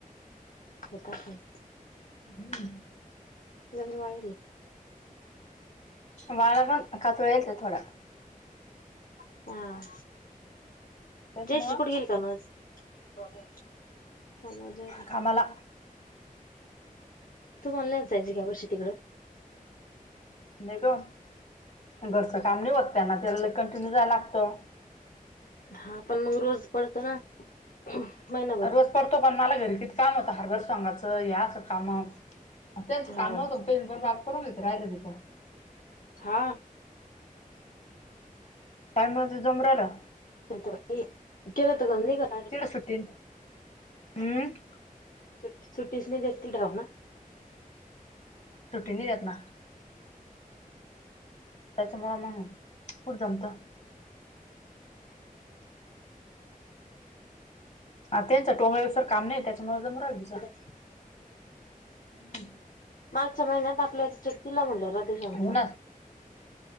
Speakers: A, on the left; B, on the left.
A: <inaudible> होत आसंल.
B: हं.
A: गंज वाळेल ए.
B: माळा पण <unintelligible> ए थोडा.
A: हां.
B: त्याच्यामुळं
A: जयश्री कुठं गेली कनू आज? समोर जायेल ए.
B: कामाला
A: तुम्हाला नव्हतं जायच का या वर्षी तिकड?
B: नाही ग. घरचं काम नाही होत त्यांन. त्याला लई कंटिन्यू जाया लागतं.
A: हां. पण मग रोज पडतो ना? अं. महिना -
B: रोज पडतो. पण मला घरी किती काम होतं. हारबर सोंगाच हे असं काम - हं त्यांचं काम
A: हो
B: नव्हतं का? त्यांनी पण <unintelligible> करून घेत राहिलं तिथं.
A: हा.
B: टाईम <unintelligible> जमू रायला.
A: ते त बाई. केल तर <unintelligible>
B: तिकडं सुट्टी. अम?
A: सुट्टीच नाई देेत तिड हाव ना?
B: सुट्टी नाही देत ना. त्याच्यामुळं मंग कुठ जमत? हा. त्यांच <unintelligible> काम नाही त्याच्यामुळे जमू राह्यल.
A: <inaudible>
B: हम्म.
A: मागच्या महिन्यात <unintelligible> चेक दिला म्हटलं राधेश्याम
B: हो
A: चा.
B: ना